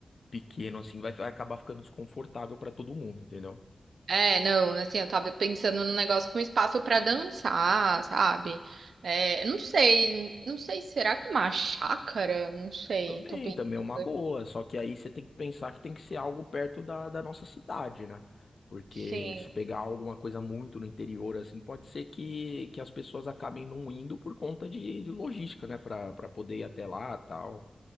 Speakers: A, on the left; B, on the right.
A: pequeno assim, vai, vai acabar ficando desconfortável para todo mundo, entendeu?
B: É, não, assim, eu tava pensando num negócio com espaço pra dançar, sabe? É, não sei, não sei, será que uma chácara? Não sei,
A: Também,
B: tô pensando
A: também é uma
B: aqui.
A: boa, só que aí você tem que pensar que tem que ser algo perto da, da nossa cidade, né? Porque
B: Sim.
A: se pegar alguma coisa muito no interior, assim, pode ser que, que as pessoas acabem não indo por conta de, de logística, né? Pra, pra poder ir até lá tal.